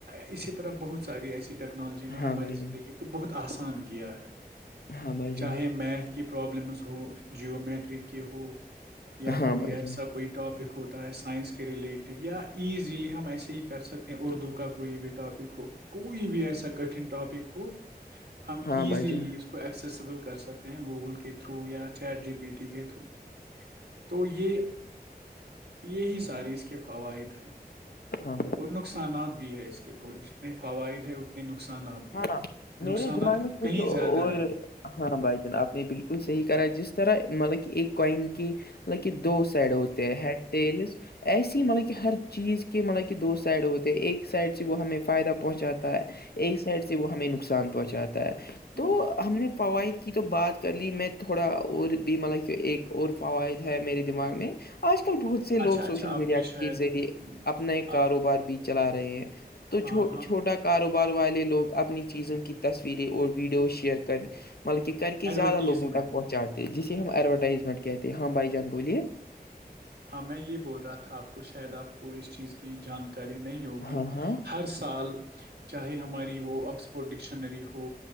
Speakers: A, on the right; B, on the left.
A: اسی طرح بہت ساری ایسیے ٹیکنالوجی نے ہماری
B: ہاں بھائی
A: زندگی
B: جان
A: کو بہت آسان کیا ہے
B: ہاں بھائی جان
A: چاہے میتھ کی پرابلمز ہو جیو میٹرک کی ہو یا
B: ہاں
A: کوئی
B: بھائی
A: ایسا
B: جان
A: کوئی ٹاپک ہوتا ہے سائنس کے ریلیٹڈ یا ایزیلی ہم ایسے ہی کر سکتے ہیں اردو کا کوئی بھی ٹاپک ہو کوئی بھی ایسا کٹن ٹاپک ہو ہم
B: ہاں
A: ایزیلی
B: بھائی جان
A: اس کو ایکسیسیبل کر سکتے ہیں گوگل کے تھرو یا چیٹ جی پی ٹی کے تھرو تو یہ یہی سارے اس کے فوائد ادھر
B: ہاں بھائی
A: اور نقصانات بھی ہے اس کے جتنے فوائد ہیں نقصانات بھی
B: ہاں
A: ہے
B: میرے
A: نقصانات
B: دماغ میں کچھ
A: کہیں
B: اور
A: زیادہ ہے
B: ہاں بھائی جان آپ نے بالکل صحیح کرا جس طرح مطلب کہ ایک کوئن کی مطلب کہ دو سائڈ ہوتی ہے ایسی ہی مطلب کہ ہر چیز کے مطلب کہ دو سائڈ ہوتے ہیں ایک سائڈ سے وہ ہمیں فائدہ پہنچاتا ہے ایک سائڈ سے وہ ہمیں نقصان پہنچاتا ہے تو
A: ہوں
B: ہم نے فوائد کی تو بات کر لی میں تھوڑا اور بھی مطلب کہ ایک اور فوائد ہے میرے دماغ میں آج کل بہت سے لوگ
A: اچھا
B: سوشل
A: اچھا آپ
B: میڈیا
A: نے
B: کے
A: شاید
B: ذریعے
A: ہم،
B: اپنا ایک کاروبار
A: آ،
B: بھی چلا رہے ہیں تو
A: ہاں
B: چ
A: ہاں
B: چھوٹا کاروبار والے لوگ اپنی چیزوں کی تصویریں اور ویڈیو شیئر کر مطلب کہ کر کے
A: ایڈورٹیزمنٹ
B: زیادہ لوگوں تک پہنچاتے ہیں جسے ہم ایڈورٹائزمنٹ کہتے ہیں ہاں بھائی جان بولیے
A: ہاں میں یہ بول رہا تھا آپ کو شاید آپ کو اس چیز کی جان کاری نہیں ہوگی
B: ہاں ہاں
A: ہر سال چاہے ہماری وہ آکسفورڈ ڈکشنری ہو